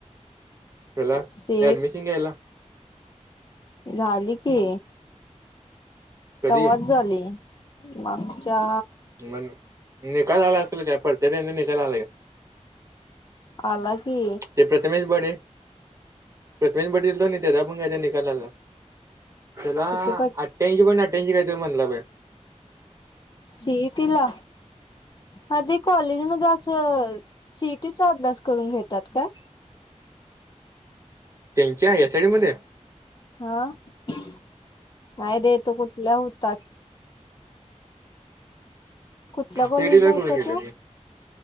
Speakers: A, on the right (about 25°); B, on the left (about 35°).
A: ह्याला
B: शे
A: ऍडमिशन घ्यायला
B: झाली की
A: कधी
B: तवच झाली आमचा
A: मग निकाल आला असल परत निकाल आलाय
B: आला की
A: ते प्रथमेश बडे प्रथमेश बलं ना त्याच्या पण कायच्या निकाल आला त्याला
B: किती
A: अठ्ठ्याऐंशी पण अठ्याऐंशी काहीतरी म्हणलं पा
B: सीईटला ह ते कॉलेज मध्ये असं सिटीचा अभ्यास करून घेतात का
A: त्यांच्या एसआय डी मध्ये
B: हा नाही रेतो कुठल्या होतात कुठल्या कॉलेजला
A: तेडी तर
B: होता
A: करून घेत
B: तो
A: मी